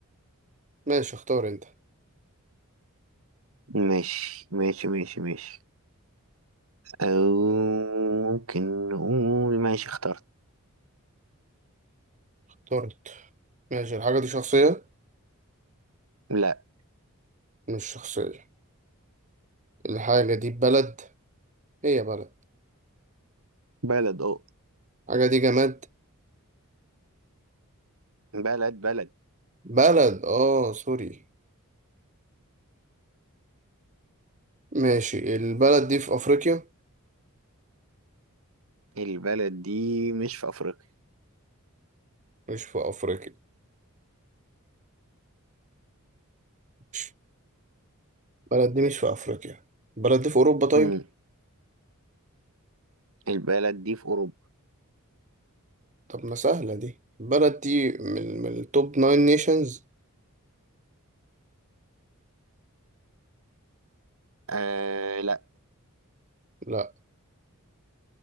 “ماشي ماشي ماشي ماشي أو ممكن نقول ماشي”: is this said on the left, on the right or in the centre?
Right